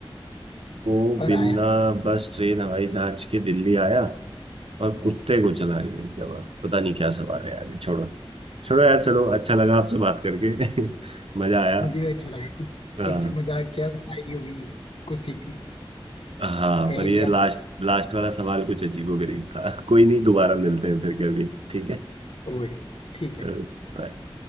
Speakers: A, on the right; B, on the left.
A: को
B: पर
A: बिना
B: आया
A: बस ट्रेन हवाई जहाज के दिल्ली आया और कुत्ते को चला गया क्या बात पता नहीं क्या सवाल है यार ये छोड़ो छोड़ो यार चलो अच्छा लगा आपसे बात करके <laughs> मजा आया
B: मुझे भी अच्छा लगा कुछ
A: हाँ
B: कुछ मजाक किया शायरी होगी कुछ सीख
A: हाँ
B: पहेलियाँ
A: पर ये लास्ट लास्ट वाला सवाल कुछ अजीबो गरीब था <laughs> कोई नहीं दोबारा मिलते हैं फिर कभी ठीक है
B: वही ठीक है
A: चलो, bye.